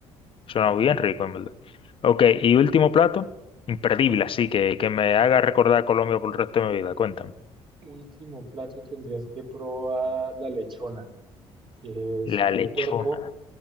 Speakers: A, on the left; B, on the right.
A: Suena bien rico, en verdad. Ok, y último plato, imperdible, así que, que me haga recordar a Colombia por el resto de mi vida. Cuéntame.
B: Último plato tendrías que probar la lechona, que es
A: La
B: un
A: Mm. lechona.
B: puerco.